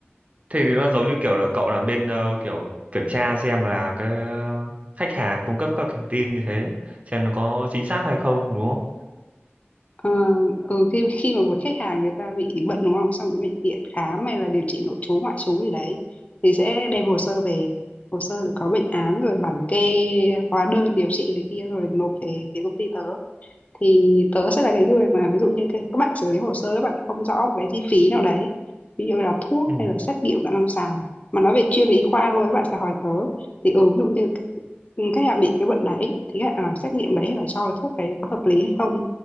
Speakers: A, on the right (about 35°); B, on the left (about 35°).
A: Thế thì nó giống như kiểu là cậu là bên ờ, kiểu kiểm tra xem là cái ờ, khách hàng cung cấp các thông tin như thế xem nó có chính xác hay không đúng không?
B: ờ, ừ, khi khi mà một khách hàng người ta bị bệnh đúng không xong đến bệnh viện khám hay là điều trị nội trú ngoại trú gì đấy thì sẽ đem hồ sơ về hồ sơ rồi có bệnh án rồi bản kê hóa đơn điều trị này kia rồi nộp về phía công ty tớ thì tớ sẽ là cái người mà ví dụ như cái, các bạn xử lý hồ sơ các bạn không rõ một cái chi phí nào đấy ví dụ là thuốc
A: Ừ.
B: hay là xét nghiệm cận lâm sàng mà nói về chuyên về y khoa thôi các bạn sẽ hỏi tớ thì ừ ví dụ như c- ừ, khách hàng bị cái bệnh đấy thì khách hàng làm xét nghiệm đấy hay là cho cái thuốc đấy có hợp lý hay không